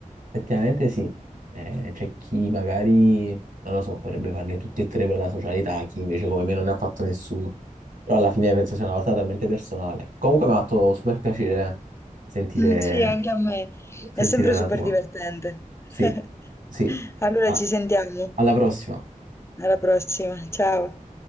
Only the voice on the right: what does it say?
Effettivamente sì, Eh, c'è chi magari, non lo so, potrebbe farle tutti e tre per la socialità, chi invece come me non ne ha fatto nessuno. Però alla fine penso sia una cosa talmente personale. Comunque mi ha fatto super piacere eh, sentire,
sentire
la
tua.
Sì, sì.
A-
alla prossima.